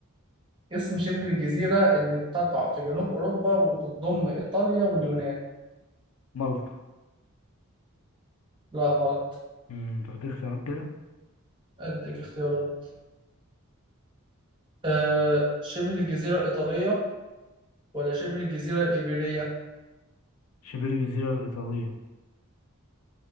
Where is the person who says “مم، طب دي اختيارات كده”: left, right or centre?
Left